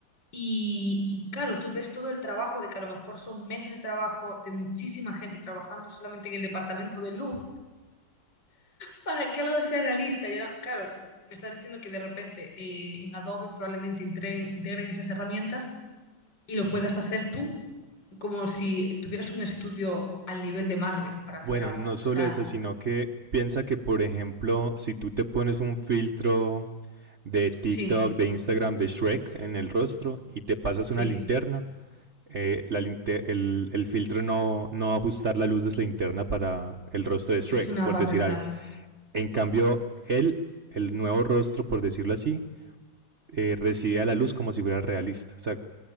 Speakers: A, on the left (about 60°); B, on the right (about 45°).
A: Y, y claro, tú ves todo el trabajo de que a lo mejor son meses de trabajo de muchísima gente trabajando solamente en el departamento de luz Para que algo sea realista, yo no- claro, me estás diciendo que de repente eh, en Adobe probablemente integren, integren esas herramientas y lo puedas hacer tú como si tuvieras un estudio al nivel de Marvel para hacer
B: Bueno,
A: algo.
B: no solo
A: O sea,
B: eso, sino que piensa que, por ejemplo, si tú te pones un filtro de TikTok,
A: sí,
B: de Instagram, de Shrek en el rostro y te pasas
A: sí,
B: una linterna, eh, la linte- el, el filtro no, no va a ajustar la luz de esa linterna para el rostro de Shrek,
A: es una
B: por
A: barbaridad.
B: decir algo. En cambio, él, el nuevo rostro, por decirlo así, eh, recibía la luz como si fuera realista. O sea,